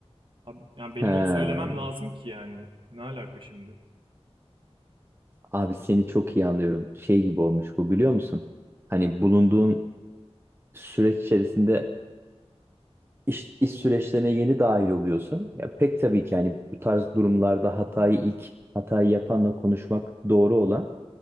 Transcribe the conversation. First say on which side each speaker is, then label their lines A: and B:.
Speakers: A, on the right; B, on the right.
A: Abi, yani benim
B: Ha.
A: onu söylemem lazım ki yani. Ne alaka şimdi?
B: Abi seni çok iyi anlıyorum. Şey gibi olmuş bu biliyor musun? Hani bulunduğun süreç içerisinde iş, iş süreçlerine yeni dahil oluyorsun. Ya pek tabii ki hani bu tarz durumlarda hatayı ilk hatayı yapanla konuşmak doğru olan.